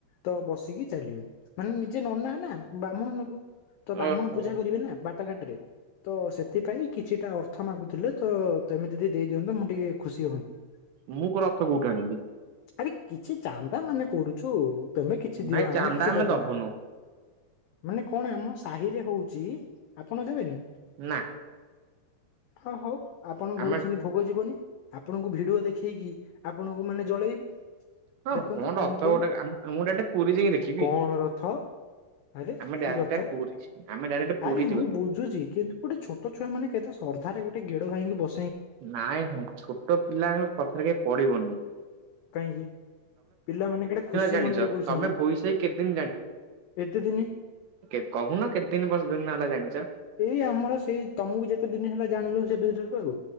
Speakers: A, on the left (about 85°); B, on the right (about 75°).
A: ତ ବସ କି ଚାଲିବେ ମାନେ ନିଜେ ନନା ନା ବ୍ରାହ୍ମୁଣ ନବୁ ତ ବ୍ରାହ୍ମୁଣ
B: ଓହୋ
A: ପୂଜା କରିବେ ନା ବା ତା ଘାଟରେ ତ ସେଥିପାଇଁ କିଛିଟା ଅର୍ଥ ମାଗୁଥିଲେ ତ ତେମେ ଯଦି ଦେଇ ଦିଅନ୍ତ ମୁଁ ଟିକେ ଖୁସି ହୁଅନ୍ତି।
B: ମୁଁ କଣ ରଥ କୋଉଠୁ ଆଣିବି
A: ଆରେ କିଛି ଚାନ୍ଦା ମାନେ କରୁଛୁ ତମେ କି ଛି ଦିଅ
B: ନାଇଁ
A: ଆମେ
B: ଚାନ୍ଦା
A: କିଛି ଦବା
B: ଦବୁନୁ
A: ମାନେ କଣ ଆମ ସାହିରେ ହଉଚି ଆପଣ ଦେବେନି?
B: ନା
A: ହଁ ହଉ ଆପଣ
B: ଆମେ
A: ଘରକୁ ସେମିତି ଭୋଗ ଯିବନି ଆପଣଙ୍କୁ ଭିଡିଓ ଦେଖେଇକି ଆପଣଙ୍କୁ ମାନେ ଜଳେଇବୁ
B: ହଁ
A: ଦେଖନ୍ତୁ
B: କଣ ରଥ
A: ଆମେ କଲୁ।
B: ଗୋଟେ ମୁଁ ଡାଇରେକ୍ଟ ପୁରୀ ଯାଇକି ଦେଖିବି।
A: କଣ ରଥ ଆରେ
B: ଆମେ ଡାଇରେକ୍ଟ
A: କି କଥା
B: ପୁରୀ ଆମେ ଡାଇରେକ୍ଟ ପୁରୀ
A: ଆରେ
B: ଯିବୁ।
A: ମୁଁ ବୁ ବୁଛିଚି କିନ୍ତୁ ଗୋଟେ ଛୋଟ ଛୁଆ ମାନେ କେତେ ଶ୍ରଦ୍ଧା ରେ ଗୋଟେ ଗେଡ ଭାଇଙ୍କି ବସ
B: ନାଇଁ ନାଇଁ ଛୋଟ ପିଲାଙ୍କ କଥାରେ କେବେ ପଢିବନି।
A: କାହିଁକି? ପିଲାମାନେ କେଡେ ଖୁସି
B: ଜାଣିଛ
A: ମନରେ କରୁସନ୍ତି
B: ତମେ ଭୋଇ ସାହି କେତେ ଦିନ
A: ଏତେ ଦିନି
B: କେ କହୁନ କେତେ ଦିନ ବର୍ଷ ଦିନ ହେଲା ଜାଣିଚ?
A: ଏଇ ଆମର ସେଇ ତମକୁ ଯେତେ ଦିନ ହେଲା ଜାଣିଲୁନି ସେ ବେ ଦିନଠୁ ଆଉ।